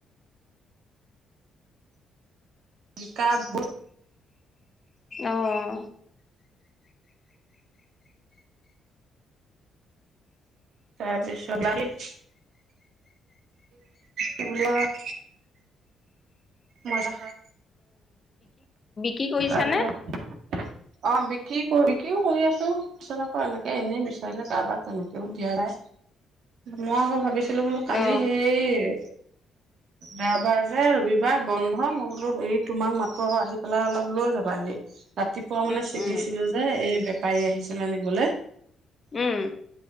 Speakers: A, on the right; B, on the left.
A: জিকা ভুল
B: অহ
A: তাৰপিছত এইবিলাক মই তাষত
B: কি কৰিছা
A: তাৰপিছত
B: নে
A: অ বিকি কৰি বিক্ৰীও কৰি আছো তাৰাছত আকৌ এনেকে এনেই বিচাৰিলে কাৰোবাক তেনেকেও দিয়া নাই মই আকৌ ভাবিছো বোলো কালি
B: অ
A: সেই দেওবাৰ যে ৰবিবাৰ বন নহয় মই বোলো হেৰি তোমাক মাটো আহি পেলাই অলপ লৈ যাবা সি ৰাতিপুৱা মানে
B: উম
A: ছিগিছিলো
B: উম
A: যে এই তাই আহিছিলে নিবলে
B: উম